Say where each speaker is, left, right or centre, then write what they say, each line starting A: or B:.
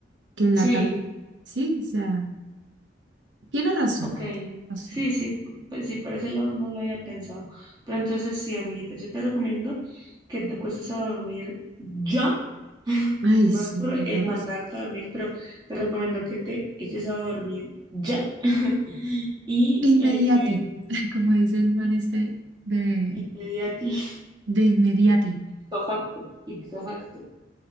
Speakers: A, on the right; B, on the right.
A: que en
B: Sí,
A: la tarde, sí, o sea, tiene razón,
B: ok.
A: razón.
B: Sí, sí, pues sí, por ese lado no lo había pensado. Pero entonces sí, amiguita, yo te recomiendo que te acuestes a dormir ya.
A: Ay,
B: No
A: sí,
B: es por
A: yo
B: eh,
A: creo
B: mandarte
A: que sí.
B: a dormir, pero te recomiendo que te eches a dormir ya. <laughs> Y
A: Inmediati,
B: eh,
A: <laughs> como dice el man este de,
B: Media a ti. <laughs>
A: de inmediati.
B: Ipso facto. Ipso facto.